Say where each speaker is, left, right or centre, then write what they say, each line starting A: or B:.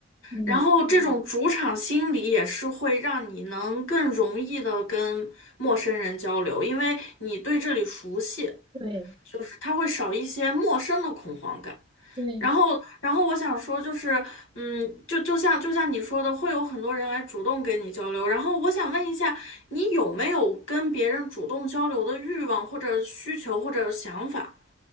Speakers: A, on the right (about 25°); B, on the left (about 75°).
A: 嗯。
B: 然后这种主场心理也是会让你能更容易的跟陌生人交流，因为你对这里熟悉，
A: 对
B: 就是他会少一些陌生的恐慌感。
A: 对，
B: 然后，然后我想说，就是，嗯，就就像就像你说的，会有很多人来主动跟你交流。然后我想问一下，你有没有跟别人主动交流的欲望或者需求或者想法？